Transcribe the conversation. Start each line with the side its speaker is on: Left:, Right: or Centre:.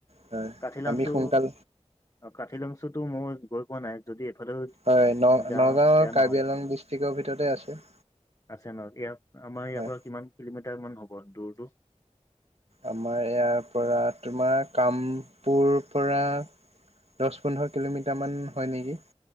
Right: হয়
Left: কাঠি লাংছো
Right: আমি সোনকাল
Left: অ কাঠিলংচুতো মই গৈ পোৱা নাই যদি এইফালেও
Right: হয় ন
Left: যাওঁ
Right: নগাঁও
Left: বেয়া
Right: কাৰ্বি
Left: নহয়
Right: আলং ডিষ্ট্ৰিক্টৰ ভিতৰতে আছে
Left: আছে ন ইয়াত আমাৰ ইয়াৰ
Right: হয়
Left: পৰা কিমান কিলোমিটাৰ মান হব দূৰটো
Right: আমাৰ ইয়াৰ পৰা তোমাৰ কামপুৰ পৰা দহ পোন্ধৰ কিলোমিটাৰমান হয় নেকি